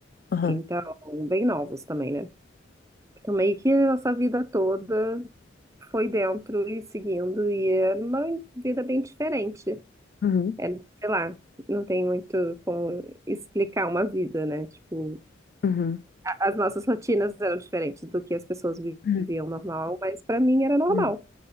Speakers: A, on the left (about 50°); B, on the right (about 15°).
A: Aham.
B: Então, bem novos também, né? Então, meio que a nossa vida toda foi dentro e seguindo, e era uma vida bem diferente.
A: Uhum,
B: É, sei lá, não tem muito como explicar uma vida, né? Tipo,
A: uhum,
B: as nossas rotinas eram diferentes do que as pessoas vi-
A: uhum,
B: viviam normal, mas para mim era normal.
A: uhum.